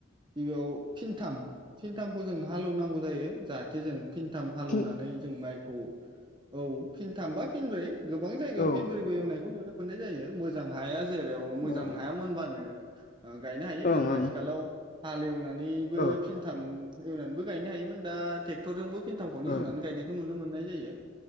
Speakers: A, on the right; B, on the left.
A: गिबियाव फिनथाम फिनथामखौ जों हालौनांगौ जायो जाहाथे जों फिनथाम हालौनानै
B: फिन
A: जों माइ औ-औ फिनथामबा फिनब्रै गोबां जायगायाव
B: औ
A: फिनब्रैबो एवनायखौ नुदों। मोननाय जायो मोजां हाया जेराव मोजां
B: ओं
A: हाया मोनबानो आं गायनो हायो
B: ओं
A: जों आथिखालाव हालेवना नैबो
B: औ
A: फिनथाम एवनानैबो गायनो हायोमोन दा टेक्टरजोंबो फिनथामखौनो
B: ओ
A: एवनानै गायनायखौ नुनो मोन्नाय जायो।